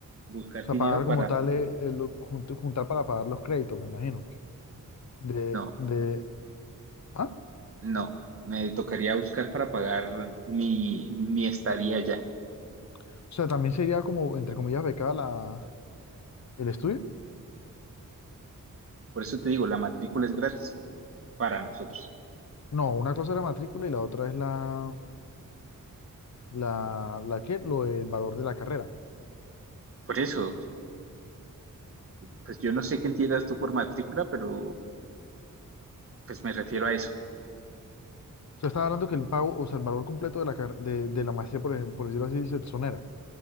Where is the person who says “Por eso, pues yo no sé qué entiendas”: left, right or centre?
Right